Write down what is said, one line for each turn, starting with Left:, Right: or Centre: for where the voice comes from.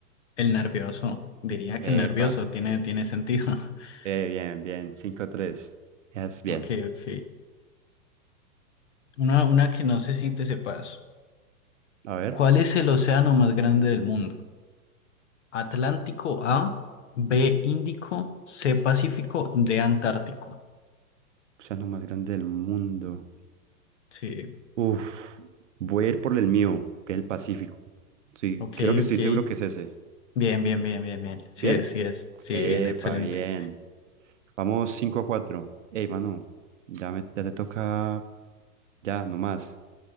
Left: nervioso. Diría que el
Right: Epa.
Left: nervioso tiene, tiene sentido. <laughs>
Right: Eh, bien, bien. cinco tres Es bien.
Left: Ok, ok. Una, una que no sé si te sepas.
Right: A ver.
Left: ¿Cuál es el océano más grande del mundo? Atlántico A, B Índico, C Pacífico, D Antártico.
Right: Océano más grande del mundo.
Left: Sí,
Right: Uf. Voy a ir por el mío, que es el Pacífico. Sí,
Left: ok,
Right: creo que estoy
Left: ok.
Right: seguro que es ese.
Left: Bien, bien, bien, bien, bien. Sí
Right: ¿Bien?
Left: es, sí es. Sí,
Right: Epa,
Left: bien, excelente.
Right: bien. Vamos 5 a cuatro Ey, mano, ya, me- ya te toca, ya, nomás.